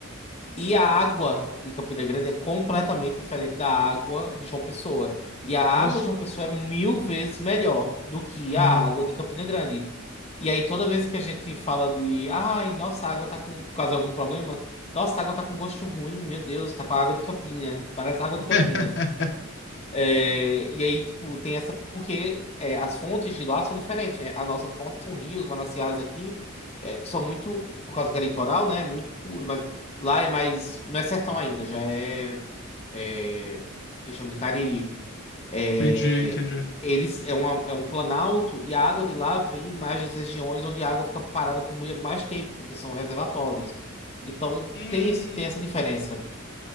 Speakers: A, on the left; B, on the left.
A: E a água de Campina Grande é completamente diferente da água de João Pessoa. E a água
B: Nossa.
A: de João Pessoa é mil vezes melhor do que
B: Aham.
A: a água de Campina Grande. E aí, toda vez que a gente fala de, ai, nossa, a água tá com, por causa de algum problema, nossa, a água tá com gosto ruim, meu Deus, tá com a água de Campina, parece água
B: <laughs>
A: de Campina. É, e aí, tipo, tem essa. Porque é, as fontes de lá são diferentes, né? A nossa fonte são rios, mananciais aqui, é, que são muito, por causa que é litoral, né? Muito puro, mas lá é mais. Não é sertão ainda, já é. é que chama de Cariri. É,
B: Entendi, entendi.
A: eles, é, uma, é um planalto e a água de lá vem mais das regiões onde a água fica parada por muito mais tempo, porque são reservatórios. Então
B: Hum,
A: tem, esse, tem essa diferença.